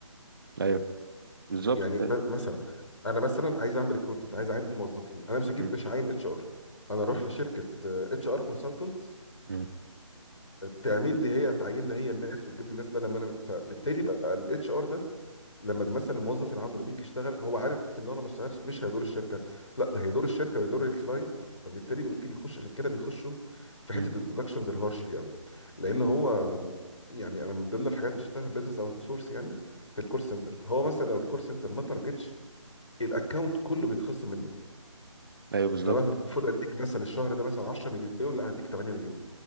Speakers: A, on the right (about 45°); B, on the left (about 70°).
A: ايوه بالظبط
B: يعني ب- مثلا انا مثلا عايز اعمل ريكروتمنت عايز اعين موظفين انا مش هجيب
A: امم
B: مش عين اتش ار انا اروح لشركه اتش ار كونسلتنت
A: امم
B: تعمل لي هي تعين لي هي الناس وتجيب لي الناس بدل ما انا فبالتالي بقى الاتش ار لما مثلا الموظف اللي عنده اللي بيجي يشتغل هو عارف ان هو لو ما اشتغلش مش هيدور الشركه لا ده هيدور الشركه ويدور الكلاينت فبالتالي ممكن يخش عشان كده بيخشوا في حته
A: أمم.
B: الديدكشنز الهارش دي قوي لان هو يعني انا من ضمن الحاجات اللي شفتها في البيزنس اوت سورس يعني في الكول سنتر هو مثلا لو الكول سنتر ما تارجتش الاكونت كله بيتخصم منه
A: ايوه بالظبط
B: ان انا مثلا المفروض اديك مثلا الشهر ده مثلا 10 مليون لا هديك 8 مليون